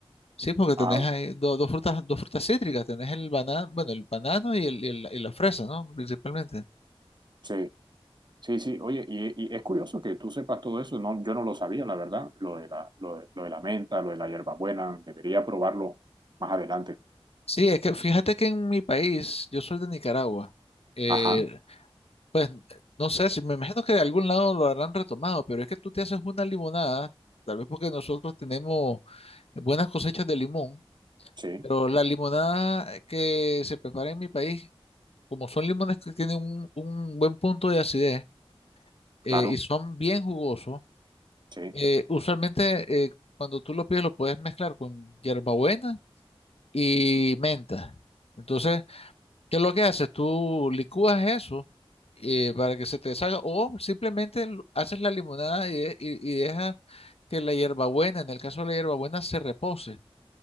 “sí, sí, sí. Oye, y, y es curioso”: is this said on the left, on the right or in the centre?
Right